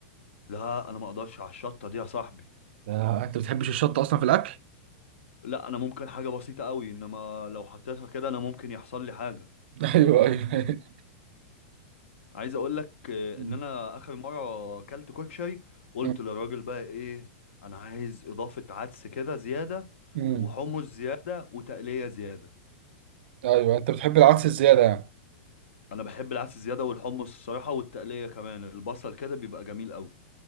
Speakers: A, on the left; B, on the right.
A: لا انا ما اقدرش على الشطة دي يا صاحبي
B: آه، انت بتحبش الشطة اصلا في الاكل
A: لا انا ممكن حاجه بسيطه قوي انما لو حطيتها كده انا ممكن يحصل لي حاجه
B: ايوه ايوه
A: عايز اقول لك آه،
B: <laughs>
A: ان انا اخر مره اكلت كشري قلت
B: مم.
A: للراجل بقى ايه انا عايز اضافه عدس كده زياده
B: امم
A: وحمص زياده وتقليه زياده
B: ايوه انت بتحب العدس الزياده يعني
A: انا بحب العدس زياده والحمص الصراحه والتقليه كمان البصل كده بيبقى جميل قوي